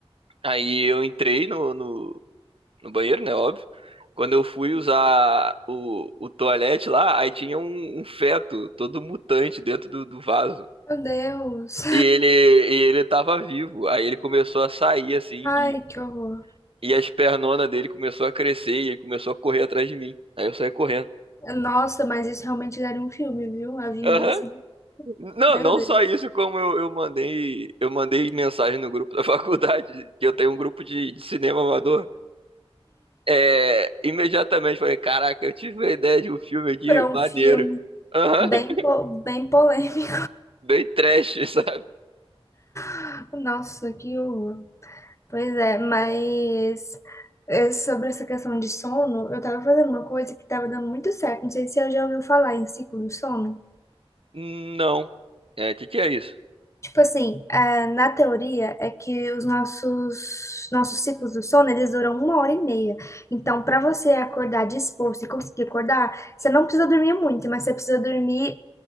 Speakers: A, on the right (about 65°); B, on the left (about 30°).
A: Aí eu entrei no, no, no banheiro, né? Óbvio. Quando eu fui usar o, o toalete lá, aí tinha um, um feto todo mutante dentro do, do vaso.
B: Meu Deus.
A: E ele, e ele tava vivo. Aí ele começou a sair assim,
B: Ai,
A: e,
B: que horror.
A: e as pernonas dele começou a crescer e ele começou a correr atrás de mim. Aí eu saí correndo.
B: Nossa, mas isso realmente daria um filme, viu? A vingança.
A: Aham.
B: do-
A: Não,
B: Meu
A: não
B: Deus.
A: só isso, como eu, eu mandei, eu mandei mensagem no grupo da <laughs> faculdade, que eu tenho um grupo de, de cinema amador. É, imediatamente falei, caraca, eu tive uma ideia de um filme aqui,
B: Pra um
A: maneiro.
B: filme
A: Aham,
B: bem,
A: <laughs>
B: po- bem polêmico.
A: bem trash, sabe?
B: <laughs> Nossa, que horror. Pois é, mas é, sobre essa questão de sono, eu tava fazendo uma coisa que tava dando muito certo. Não sei se você já ouviu falar em ciclo do sono.
A: Não. É, o que que é isso?
B: Tipo assim, ah, na teoria é que os nossos nossos ciclos do sono, eles duram uma hora e meia. Então, para você acordar disposto e conseguir acordar, você não precisa dormir muito, mas você precisa dormir